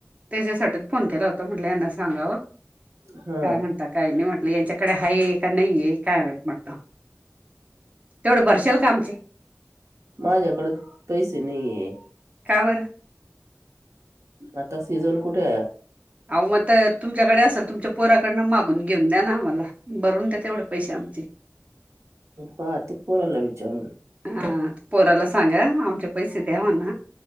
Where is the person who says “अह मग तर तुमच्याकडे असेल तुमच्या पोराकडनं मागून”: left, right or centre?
Right